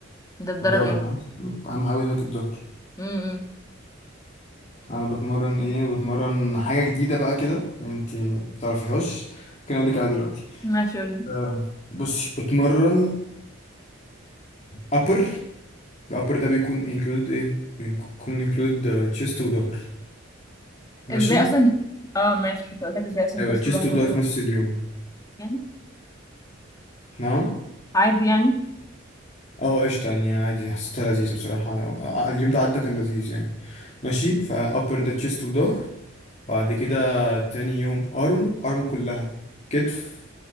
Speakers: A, on the left; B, on the left.
A: انت بتدرب
B: الظهر
A: ايه
B: ها؟ اهم حاجة بالنسبة لك الظهر
A: امم
B: انا بتمرن ايه بتمرن حاجة جديدة بقى كده انت متعرفيهاش ممكن اقول لك عليها دلوقتي
A: ماشي قولي
B: آه، بصي بتمرن ابر الابر ده بيكون انكلود ايه بيكون انكلود تشيست وظهر ماشي
A: ازاي اصلا اه ماشي كنت اقول لك ازاي اصلا
B: ايوه
A: تسل
B: التشيست
A: ظهر
B: وظهر
A: في نفس
B: في
A: الوقت
B: نفس اليوم
A: يعني
B: نعم
A: عادي يعني
B: اه قشطة يعني عادي حسيتها لذيذة بصراحة آه، اليوم ده عدى كان لذيذ يعني ماشي فأبر ده تشيست وظهر بعد كده تاني يوم أرم أرم كلها كتف